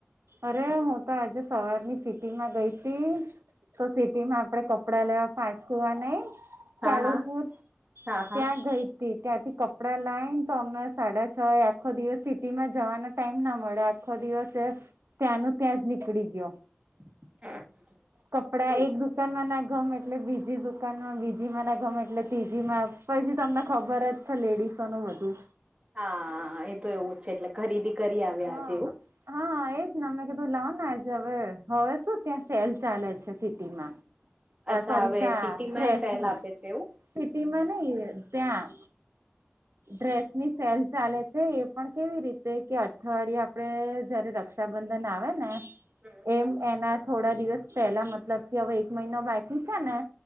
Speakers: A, on the right (about 80°); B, on the right (about 30°).
A: અરે હું તો આજે સવારની સિટી માં ગઈતો તો સિટી માં આપડે કપડા લેવા પાચકુંવા નઈ
B: હા
A: કાલુપુર
B: હા હા હા
A: ત્યાં ગઈ તે ત્યાંથી કપડા લાય ને તો અમે સાડા છ આખો દિવસ સિટી માં જવાના ટાઈમ ના મળે આખો દિવસે ત્યાંનું ત્યાં જ નીકળી ગયો
B: <unintelligible>
A: કપડા
B: તું
A: એક દુકાનમાં ના ગમે એટલે બીજી દુકાનમાં બીજીમાં ના ગમે એટલે ત્રીજી માં પછી તમને ખબર જ છે લેડીસોનું બધું
B: હા એ તો એવું જ છે એટલે ખરીદી કરી આવીયા
A: હા
B: આજે એવું
A: હા એજ ને મે કીધું લાવ ને આજે હવે હવે શું ત્યાં સેલ ચાલે છે સિટીમાં હા
B: અચ્છા
A: સોરી
B: હવે
A: ત્યાં
B: સિટીમાં
A: ડ્રેસની
B: એ સેલ આપે છે એવું
A: સિટી માં નઈ ત્યાં ડ્રેસ ની સેલ ચાલે છે એ પણ કેવી રીતે કે અઠવાડિયે આપડે જયારે ર રક્ષાબંધન આવે ને
B: હમ
A: એમ એના થોડા દિવસ પેલા મતલબ કે હવે એક મહિનો બાકી છે ને